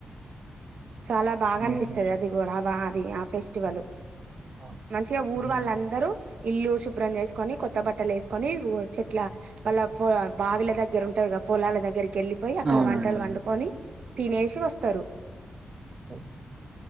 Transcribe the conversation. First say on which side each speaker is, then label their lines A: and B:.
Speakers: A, on the right; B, on the right.
A: చాలా బాగా
B: మీరు
A: అనిపిస్తది అది కూడా, ఆ వ అది ఆ ఫెస్టివలు
B: అవును.
A: మంచిగా ఊరు
B: హ్మ్.
A: వాళ్ళందరూ ఇల్లు శుభ్రం చేసుకొని కొత్ కొత్త బట్టలు ఏసుకొని చెట్ల వాళ్ళ పో బావిల దగ్గర ఉంటాయి గ పొలాల దగ్గరికెళ్ళిపోయి అక్క అక్కడ
B: అవునండి
A: వంటలు వండుకొని తినేసి వస్తరు.
B: ఓ